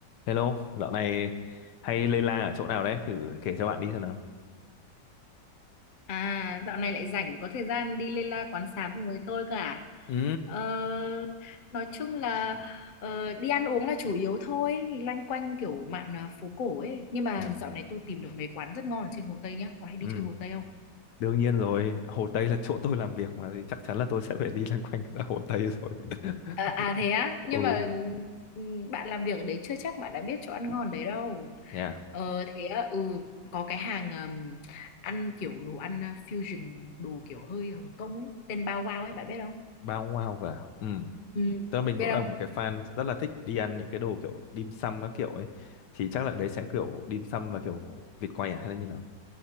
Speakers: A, on the left (about 75°); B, on the left (about 60°).
A: Hello, dạo này hay lây la ở chỗ nào đấy? Thử kể cho bạn đi xem nào.
B: À, dạo này lại rảnh có thời gian đi Lê La quán xá cùng với tôi cả. à?
A: Ừ,
B: Ờ, nói chung là ờ, đi ăn uống là chủ yếu thôi, loanh quanh kiểu mạn à, phố cổ ấy. Nhưng mà
A: ừ,
B: dạo này tôi tìm được mấy quán rất ngon ở trên Hồ Tây nhá. Có hay đi
A: ừ.
B: chơi Hồ Tây không?
A: Đương nhiên rồi, Hồ Tây là chỗ tôi làm việc mà thì chắc chắn là tôi sẽ phải đi loanh quanh ở Hồ Tây rồi. <laughs>
B: À, à thế á, nhưng
A: Ừ,
B: mà ừm, bạn làm việc ở đấy chưa chắc bạn đã biết chỗ ăn ngon đấy đâu.
A: yeah,
B: Ờ thế á, ừ có cái hàng ừm, ăn kiểu đồ ăn à, fusion, đồ kiểu hơi Hồng Kông ấy, tên Bao Wow ấy bạn biết không?
A: bao wow cả. Ừ,
B: Ừ,
A: tức là mình
B: biết
A: cũng là
B: không?
A: một cái fan rất là thích đi ăn những cái đồ kiểu dim sum các kiểu ấy. Thì chắc là đấy sẽ kiểu dim sum và kiểu vịt quay à hay là như nào?